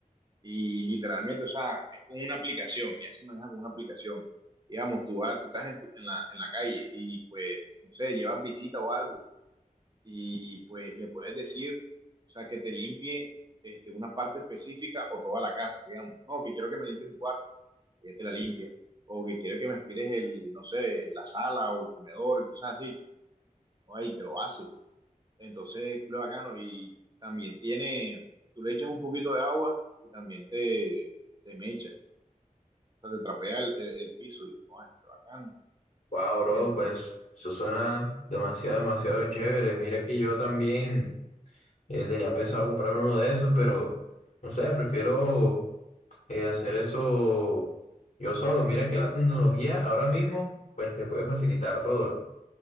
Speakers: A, on the right; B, on the left.
A: Y literalmente, o sea, es con una aplicación, ya se maneja con una aplicación. Digamos, tú vas, tú estás en, tu- en la, en la calle y pues, no sé, llevas visita o algo y pues le puedes decir, o sea, que te limpie este, una parte específica o toda la casa, digamos. No, que quiero que me limpies mi cuarto, ella te la limpia. O que quiero que me aspires el, no sé, la sala o el comedor y cosas así. O ahí te lo hace. Entonces, culo bacano. Y también tiene, tú le echas un poquito de agua y también te, te mecha sea, te trapea el, el, el piso y, oh, qué bacano.
B: wow, bro,
A: Entonces,
B: pues, eso suena demasiado, demasiado chévere. Mira que yo también eh, tenía pensado comprar uno de esos, pero, no sé, prefiero eh, hacer eso yo solo. Mira que la tecnología ahora mismo, pues te puede facilitar todo.